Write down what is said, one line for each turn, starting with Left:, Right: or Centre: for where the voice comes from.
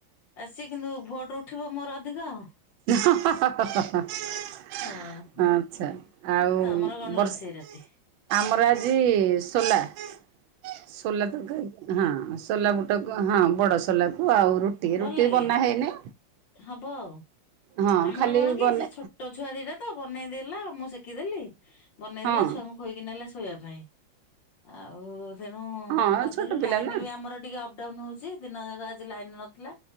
Left: ଆସି କିନ୍ତୁ ଭୋଟ ଉଠିବ ମୋର ଅଧିକ ଆଉ।
Right: <unintelligible>
Left: ହଁ।
Right: ଆଚ୍ଛା ଆଉ
Left: ତମର କଣ
Right: ବର୍ଷା
Left: ରୋଷେଇ ରାତି
Right: ଆମର ଆଜି ସୋଲା। ସୋଲା ତରକାରୀ ହଁ ସୋଲା ବୁଟକୁ ହଁ ବଡ଼ ସୋଲାକୁ ଆଉ ରୁଟି
Left: ହଁ ଭଲ
Right: ରୁଟି
Left: ଲାଗେ
Right: ବନା ହେଇନି
Left: ହବ ଆଉ
Right: ହଁ
Left: ଆମର
Right: ଖାଲି
Left: କଣ କି
Right: ବନେ
Left: ସେ ଛୋ ଛୋଟ ଛୁଆ ଦିଟା ତ ବନେଇଦଲା ମୁଁ ଶିଖିଦେଲି ବନେଇ
Right: ହଁ
Left: ଦେଲା ଛୁଆଙ୍କୁ ଖୋଇକି ନେଲା ଶୋଇବା ପାଇଁ ଆଉ ତେଣୁ
Right: ହଁ
Left: କରିଦେଲୁ
Right: ଛୋଟ ପିଲା
Left: ଲାଇନ
Right: ନା
Left: ବି ଆମର ଟିକେ ଅପ୍ ଅପ୍ ଡାଉନ ହଉଛି ଦିନ ଯାକ ଆଜି ଲାଇନ ନଥିଲା।